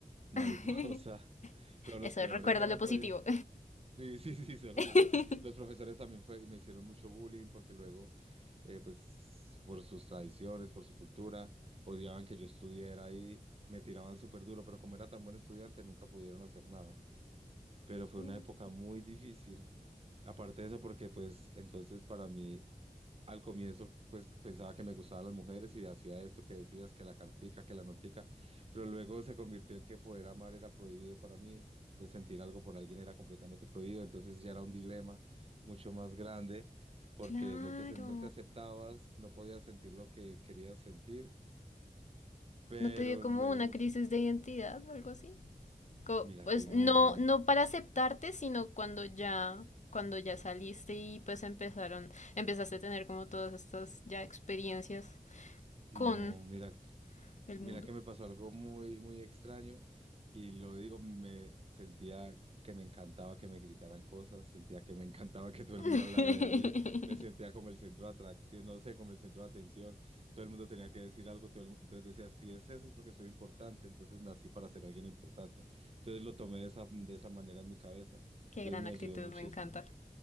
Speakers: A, on the right; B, on the left.
A: Mariposa.
B: <laughs>
A: <laughs> Pero los
B: Eso,
A: peores
B: recuerda
A: eran,
B: lo positivo.
A: pues, sí, sí, sí, solo
B: <laughs>
A: posi- Los profesores también fue, y me hicieron mucho bullying porque luego, eh, pues, por sus tradiciones, por su cultura, odiaban que yo estudiara ahí, me tiraban súper duro, pero como era tan buen estudiante, nunca pudieron hacer nada. Pero fue una época
B: Ah,
A: muy difícil. Aparte de eso, porque pues entonces para mí al comienzo, pues pensaba que me gustaban las mujeres y hacía esto que decías, que la cartica, que la notica, pero luego se convirtió en que poder amar era prohibido para mí, entonces sentir algo por alguien era completamente prohibido, entonces ya era un dilema mucho más grande porque
B: claro.
A: no te, no te aceptabas, no podías sentir lo que querías sentir, pero
B: ¿No te dio como
A: luego,
B: una
A: no
B: crisis
A: sé,
B: de identidad o algo así? Co-
A: mira
B: pues
A: que no,
B: no, no para aceptarte, sino cuando ya, cuando ya saliste y pues empezaron, empezaste a tener como todas estas ya experiencias
A: no,
B: con
A: mira.
B: el
A: Mira
B: mundo.
A: que me pasó algo muy, muy extraño y lo digo, me sentía que me encantaba que me gritaran cosas, sentía que me encantaba que todo
B: <laughs>
A: el mundo hablara de mí, me sentía como el centro de atracción, no sé, como el centro de atención, todo el mundo tenía que decir algo, todo el mu- entonces decía, si es eso es porque soy importante, entonces nací para ser alguien importante. Entonces lo tomé de esa, de esa manera en mi cabeza,
B: Qué
A: entonces
B: gran
A: me
B: actitud,
A: ayudó muchísimo.
B: me encanta.